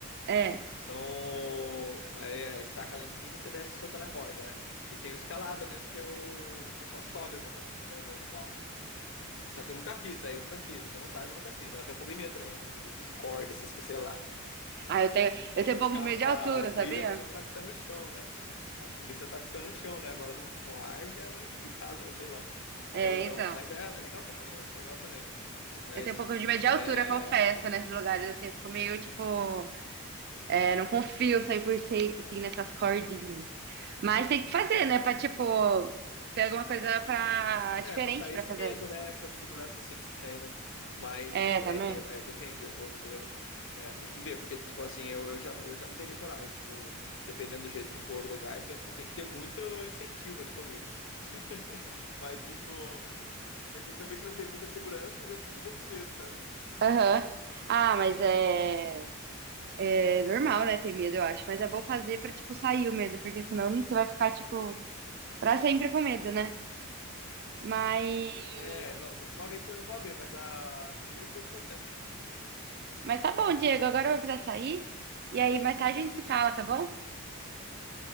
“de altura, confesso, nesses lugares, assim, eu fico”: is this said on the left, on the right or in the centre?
Right